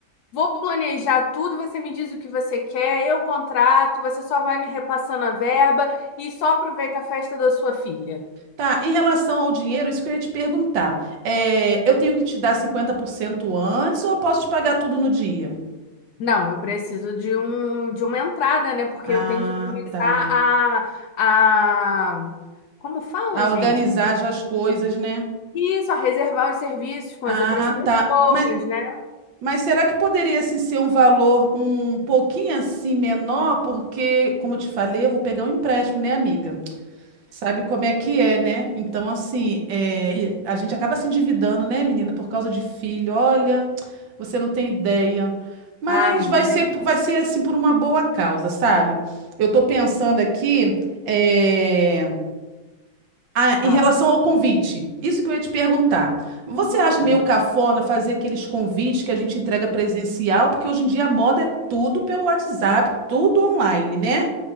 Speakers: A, on the left; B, on the right.
A: vou planejar tudo, você me diz o que você quer, eu contrato, você só vai me repassando a verba e só aproveita a festa da sua filha.
B: Tá, em relação ao dinheiro, isso que eu ia te perguntar. É, eu tenho que te dar 50% antes ou eu posso te pagar tudo no dia?
A: Não, eu preciso de um, de uma entrada, né? Porque
B: Ah,
A: eu tenho que começar
B: tá.
A: a, a... Como fala,
B: A
A: gente?
B: organizar já as coisas, né?
A: Isso, a reservar os serviços com
B: Ah,
A: as outras pessoas,
B: tá. Mas,
A: né?
B: mas será que poderia assim, ser um valor um pouquinho assim menor? Porque, como eu te falei, eu vou pegar um empréstimo, né, amiga? Sabe como é que é, né? Então, assim, é, e a gente acaba se endividando, né, menina, por causa de filho. Olha, você não tem ideia. Mas
A: Ah, menina.
B: vai ser, vai ser assim por uma boa causa, sabe? Eu tô pensando aqui. é, Ah, em
A: Ah,
B: relação ao convite, isso que eu ia te perguntar. Você
A: hum,
B: acha meio cafona fazer aqueles convites que a gente entrega presencial? Porque hoje em dia a moda é tudo pelo WhatsApp, tudo online, né?